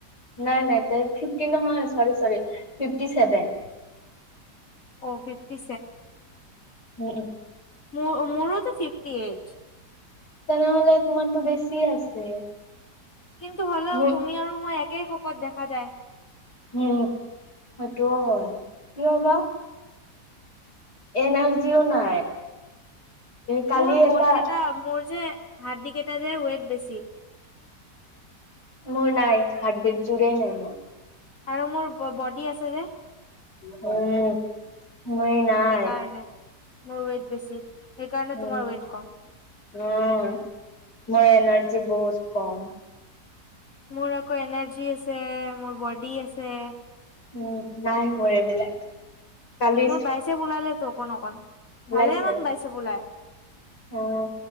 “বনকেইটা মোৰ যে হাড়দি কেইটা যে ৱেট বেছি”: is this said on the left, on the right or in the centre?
Left